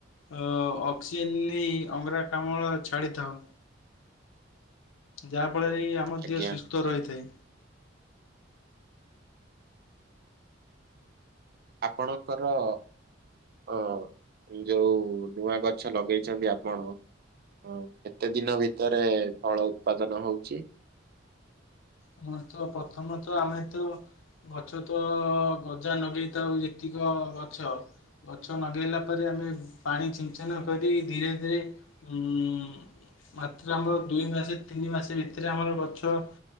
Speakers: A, on the left; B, on the right.
A: ଅ ଅକ୍ସିଜେନ୍ ନେଇ ଅଙ୍ଗରା କାମଳ ଛାଡ଼ିଥାଉ। ଯାହାଫଳରେ ଆମ
B: ଆଜ୍ଞା
A: ଦେହ ସୁସ୍ଥ ରହିଥାଏ।
B: ଆପଣଙ୍କର ହଁ ଯୋଉ ନୂଆ ଗଛ ଲଗେଇଛନ୍ତି ଆପଣ ହଁ କେତେ ଦିନ ଭିତରେ ଫଳ ଉତ୍ପାଦନ ହଉଛି?
A: ଆମରତ ପ୍ରଥମତଃ ଆମେତ ଗଛ ତ ଗଜା ଲଗେଇଥାଉ ଯେତିକ ଗଛ ଗଛ ଲଗେଇଲା ପରେ ଆମେ ପାଣି ଛିଞ୍ଚନ କରି ଧୀରେ ଧୀରେ ଉଁ ମାତ୍ର ଆମର ଦୁଇ ମାସେ ତିନି ମାସ ଭିତରେ ଆମର ଗଛ